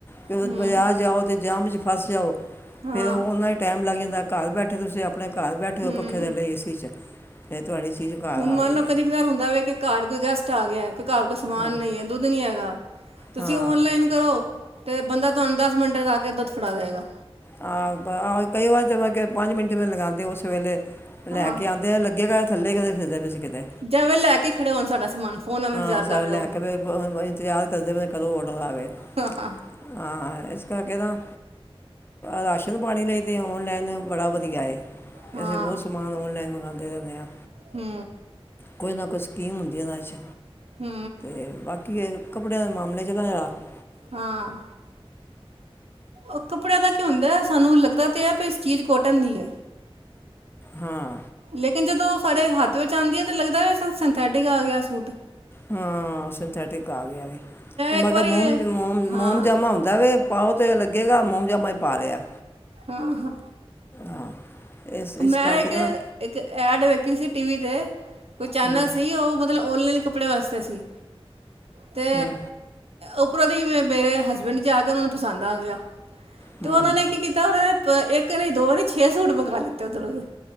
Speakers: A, on the left; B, on the right.
A: ਫਿਰ
B: ਹੂੰ
A: ਬਾਜ਼ਾਰ ਜਾਓ ਤੇ ਜਾਮ ਚ ਫਸ ਜਾਓ
B: ਹਾਂ
A: ਫਿਰ ਓਨਾਂ ਈ ਟੈਮ ਲੱਗ ਜਾਂਦਾ ਘਰ ਬੈਠੇ ਤੁਸੀਂ ਆ ਆਪਣੇ ਘਰ ਬੈਠੇ
B: ਹੂੰ
A: ਪੱਖੇ ਥੱਲੇ ਏ ਸੀ ਚ ਫਿਰ ਤੁਹਾਡੀ ਚੀਜ਼ ਘਰ
B: ਹੁਣ
A: ਆ
B: ਮੰਨ
A: ਗਈ
B: ਲਓ ਕਦੀ
A: ਹੈ
B: ਕਦਾਰ ਹੁੰਦਾ ਵ ਕਿ ਘਰ ਕੋਈ ਗੈਸਟ ਆ ਗਿਆ। ਘਰ ਕੋ ਸਮਾਨ
A: ਹਾਂ
B: ਨਈ ਐ ਦੁੱਧ ਨੀ ਹੈਗਾ। ਤੁਸੀਂ
A: ਹਾਂ
B: ਔਨਲਾਈਨ ਕਰੋ ਤੇ ਬੰਦਾ ਤੁਹਾਨੂੰ ਦਸ ਮਿੰਟ ਜਾ ਕੇ ਦੁੱਧ ਫੜਾ ਜਾਏਗਾ।
A: ਆ ਬਾ ਆ ਕਈ ਵਾਰ ਤਾਂ ਮੈਂ ਕਿਆ ਪੰਜ ਮਿੰਟ ਵੀ ਨੀ ਲਗਾਂਦੇ ਓਸ ਵੇਲੇ
B: ਹਾਂ
A: ਲੈ ਕੇ ਆਂਦੇ ਆ ਲੱਗੇਗਾ ਥੱਲੇ ਕਿਦੇ ਫਿਰਦੇ <unintelligible> ਕਿਤੇ
B: ਜੈਵੇਂ ਲੈ ਕੇ ਖੜ੍ਹੇ ਹੋਣ ਸਾਡਾ ਸਮਾਨ। ਫੋਨਾਂ ਦਾ
A: ਹਾਂ
B: ਇੰਤਜ਼ਾਰ
A: ਸਾਰੇ
B: ਕਰ ਰਹੇ
A: ਲੈ
B: ਹੋ
A: ਕੇ ਇੰਤਜ਼ਾਰ ਕਰਦੇ ਪ ਕਦੋਂ ਔਡਰ ਆਵੇ।
B: ਹਾਂ
A: ਹਾਂ ਇਸ ਕਰਕੇ ਤਾਂ ਰਾਸ਼ਨ ਪਾਣੀ ਲਈ ਤੇ ਔਨਲਾਈਨ ਬੜਾ ਵਧੀਆ ਏ।
B: ਹਾਂ
A: ਅਸੀਂ ਬੋਤ ਸਮਾਨ ਔਨਲਾਈਨ ਮੰਗਾਂਦੇ ਰੈਂਦੇ ਆਂ।
B: ਹੂੰ
A: ਕੋਈ ਨਾ ਕੋਈ ਸਕੀਮ ਹੁੰਦੀ ਐ ਏਨਾ ਚ
B: ਹੂੰ।
A: ਤੇ ਬਾਕੀ ਏ ਕੱਪੜਿਆਂ ਦੇ ਮਾਮਲੇ ਚ <unintelligible>
B: ਹਾਂ। ਓ ਕੱਪੜਿਆਂ ਦਾ ਕੀ ਹੁੰਦਾ ਸਾਨੂੰ ਲੱਗਦਾ ਤਾ ਐ ਵੀ ਇਸ ਚੀਜ਼ ਕੋਟਨ ਦੀ ਐ।
A: ਹਾਂ।
B: ਲੇਕਿਨ ਜਦੋਂ ਓ ਸਾਡੇ ਹੱਥ ਵਿੱਚ ਆਂਦੀ ਆ ਤੇ ਲੱਗਦਾ ਸਿੰਥੈਟਿਕ ਆ ਗਿਆ ਸੂਟ।
A: ਹਾਂ ਸਿੰਥੈਟਿਕ ਆ ਗਿਆ ਵੀ। ਮੈਂ
B: ਇੱਕ ਵਾਰੀ
A: ਕਾ ਮੋਮ-ਮੋਮ
B: ਹਾਂ ਹਾਂ
A: ਮੋਮਜਾਮਾ ਹੁੰਦਾ ਵ ਪਾਓ ਤਾਂ ਲੱਗੇਗਾ ਮੋਮ ਜਾਮਾ ਪਾ ਰਿਆ।
B: ਹਾਂ-ਹਾਂ
A: ਹਾਂ। ਇਸ ਇਸ
B: ਮੈਂ
A: ਕਰਕੇ
B: ਇੱਕ-ਇੱਕ
A: ਨਾ
B: ਐਡ ਵੇਖੀ ਸੀ ਟੀ ਵੀ ਤੇ ਕੋਈ ਚੈਨਲ
A: ਹਮ,
B: ਸੀ ਓ ਤਲਬ ਔਨਲਾਈਨ ਕੱਪੜੇ ਵਾਸਤੇ ਸੀ ਤੇ
A: ਹੂੰ।
B: ਉੱਪਰੋਂ ਦੀ ਮੇਰੇ ਹਸਬੈਂਡ ਜਾ ਕੇ ਓਨਾਂ ਨੂੰ ਪਸੰਦ ਆ ਗਿਆ।
A: ਹਮ,
B: ਤੇ ਓਨਾਂ ਨੇ ਕੀ ਕੀਤਾ ਓਨਾ ਨੇ ਇੱਕ ਨੀ ਦੋ ਨੀ ਛੇ ਸੂਟ ਮੰਗਾ ਲਿੱਤੇ ਓਧਰੋਂ ਹੀ।